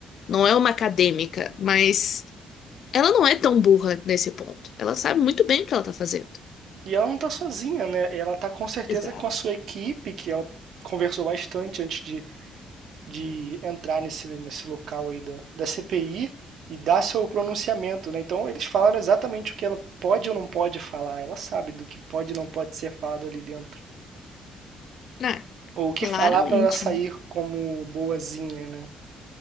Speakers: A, on the left; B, on the right.
A: não é uma acadêmica, mas ela não é tão burra nesse ponto. Ela sabe muito bem o que ela tá fazendo.
B: E ela não está sozinha, né? Ela está com certeza
A: Exato.
B: com a sua equipe, que ela conversou bastante antes de, de entrar nesse, nesse local aí da, da CPI e dar seu pronunciamento, né? Então eles falaram exatamente o que ela pode ou não pode falar. Ela sabe do que pode e não pode ser falado ali dentro.
A: Ah,
B: Ou o que
A: claramente,
B: falar para ela sair
A: né?
B: como boazinha, né?